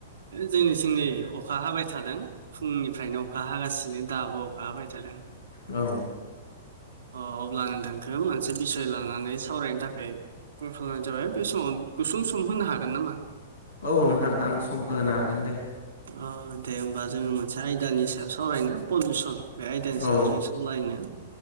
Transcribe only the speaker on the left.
औ
औ नोंथां आं सम होनो हागोन दे
औ